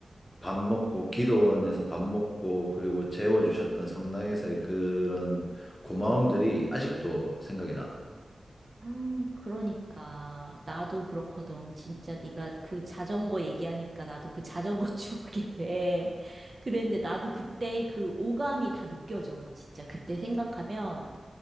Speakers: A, on the left; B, on the right.
A: 밥 먹고 기도원에서 밥 먹고 그리고 재워주셨던 성당에서의 그런 고마움들이 아직도 생각이 나.
B: 아, 그러니까 나도 그렇거든. 진짜 네가 그 자전거 얘기하니까 나도 그 자전거 <laughs> 추억에 그랬는데 나도 그때 그 오감이 다 느껴져. 진짜 그때 생각하면